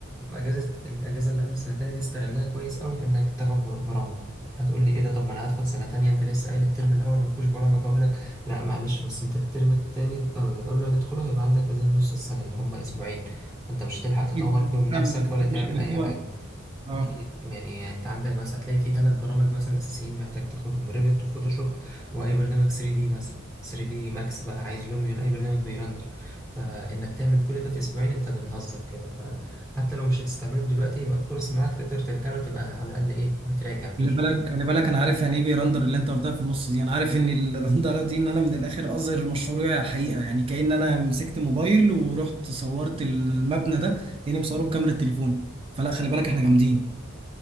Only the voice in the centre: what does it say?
اجازه الاجازه اللي قبل سنه تانية دي استغلها كويس قوي في انك تاخد بر- برامج هتقول لي ايه ده طب ما انا هدخل سنه تانية انت لسه قايل الترم الاول ما فيهوش برامج هقول لك لا معلش بس انت الترم التاني آه، قبل ما تدخله هيبقى عندك اجازه نص السنه اللي هم اسبوعين انت مش هتلحق
تطور فيهم نفسك
ولا تعمل
اي
حاجه
أكيد يعني أنت عندك بس هتلاقي في ثلاث برامج مثلا أساسيين محتاج تاخدهم ريفيت وفوتوشوب وأي برنامج 3 دي مثلا 3 دي ماكس بقى عايز لوميون أي برنامج بيرندر فإنك تعمل كل ده في أسبوعين أنت بنهزر كده فحتى لو مش هتستعملهم دلوقتي يبقى الكورس معاك تقدر ترجع له تبقى على الأقل إيه بتراجع
مش
بت...